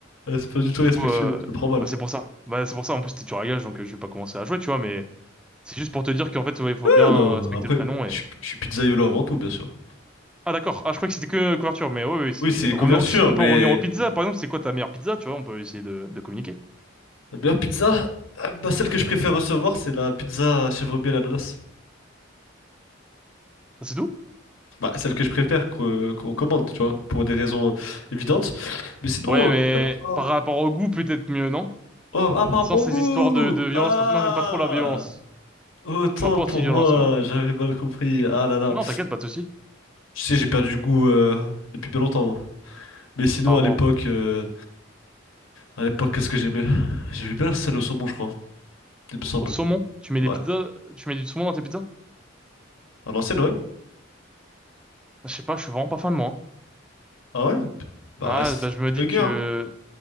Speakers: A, on the left (about 85°); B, in the centre.
A: Euh, C'est pas du tout
B: Du
A: respectueux,
B: coup, euh,
A: je le prends mal.
B: bah c'est pour ça. Bah c'est pour ça, en plus t'es dur à gage, donc euh, je vais pas commencer à jouer, tu vois, mais c'est juste pour te dire qu'en fait, ouais, il faut
A: Ah,
B: bien
A: non,
B: respecter
A: après,
B: le prénom et...
A: je suis je suis pizzaiolo avant tout, bien sûr.
B: Ah d'accord, ah je crois que c'était que couverture, mais oui, oui, c'est...
A: Oui, c'est
B: Revenons...
A: couverture,
B: Si on
A: mais
B: peut revenir aux pizzas, par exemple, c'est quoi ta meilleure pizza, tu vois, on peut essayer de, de communiquer.
A: la meilleure pizza, euh, bah, celle que je préfère recevoir, c'est la pizza chèvre miel ananas.
B: Ah, C'est tout?
A: Bah, celle que je préfère qu'on qu'on commande, tu vois, pour des raisons évidentes. Mais sinon,
B: Ouais,
A: euh,
B: mais
A: mis à part ça...
B: par rapport au goût, peut-être mieux, non?
A: Oh, ah, par
B: Sans
A: rapport
B: ces
A: au goût!
B: histoires de, de violence,
A: Ah!
B: parce que moi j'aime pas trop la violence.
A: Autant
B: Je suis un peu
A: pour
B: anti-violence,
A: moi,
B: moi.
A: j'avais mal compris. Ah là là.
B: Non, t'inquiète, pas de soucis.
A: Tu sais, j'ai perdu goût euh, depuis bien longtemps. moi. Mais sinon,
B: Ah
A: à
B: waouh.
A: l'époque... euh, À l'époque, qu'est-ce que j'aimais? J'aimais bien la salle au saumon, je crois, il me semble.
B: Au saumon? Tu mets des
A: Ouais.
B: pizzas, tu mets du saumon dans tes pizzas?
A: À l'ancienne, ouais.
B: Je sais pas, je suis vraiment pas fan, moi. hein.
A: Ah ouais? Bah,
B: Ah,
A: c'est
B: bah, je me dis
A: bugué,
B: que,
A: hein.